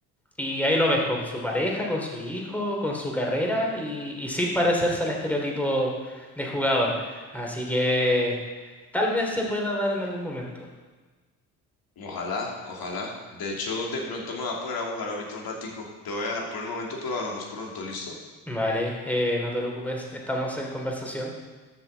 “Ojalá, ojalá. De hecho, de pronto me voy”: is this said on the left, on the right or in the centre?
Left